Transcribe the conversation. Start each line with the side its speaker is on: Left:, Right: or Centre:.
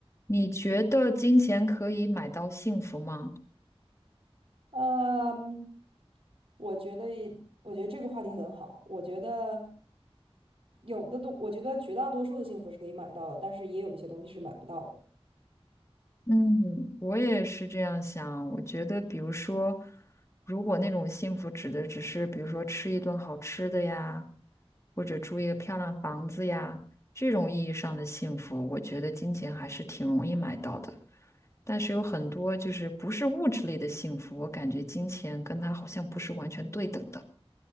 Left: 你觉得金钱可以买到幸福吗？
Right: 嗯，我觉得，我觉得这个话题很好。我觉得有的东，我觉得绝大多数的幸福是可以买到的，但是也有一些东西是买不到的。
Left: 嗯，我也是这样想。我觉得，比如说，如果那种幸福指的只是，比如说吃一顿好吃的呀，或者住一个漂亮房子呀，这种意义上的幸福，我觉得金钱还是挺容易买到的。但是有很多就是不是物质类的幸福，我感觉金钱跟它好像不是完全对等的。